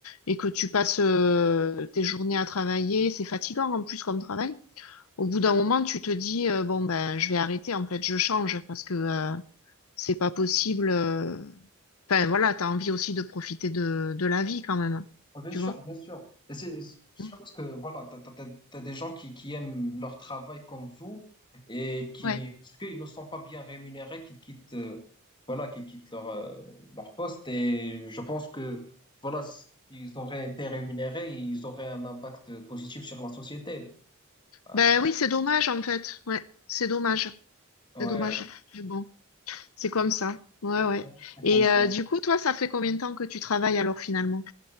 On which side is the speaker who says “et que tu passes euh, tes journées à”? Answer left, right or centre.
Left